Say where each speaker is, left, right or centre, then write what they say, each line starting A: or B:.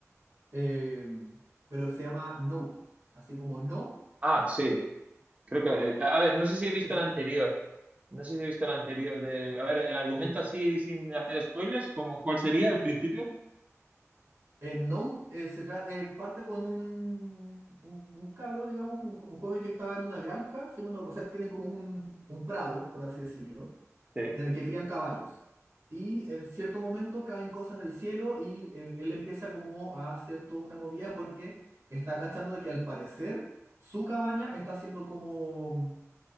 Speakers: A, on the right (about 55°); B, on the right (about 25°).
A: eh, pero se llama Nope, así como no,
B: Ah, sí, creo que... A ver, no sé si he visto
A: se-
B: el anterior, no sé si he visto el anterior de... A ver, el argumento
A: el-
B: así sin hacer spoilers, ¿Cómo cuál sería el principio?
A: En Nope eh, se trata, eh, parte con un, un, un cabro, digamos, un, jo- un joven que estaba en una granja, si mal no- o sea, tienen como un, un prado, por así decirlo,
B: Sí,
A: en el que crían caballos. Y en cierto momento caen cosas del cielo y eh, él empieza como a hacer toda una movida porque está cachando de que al parecer su cabaña está siendo como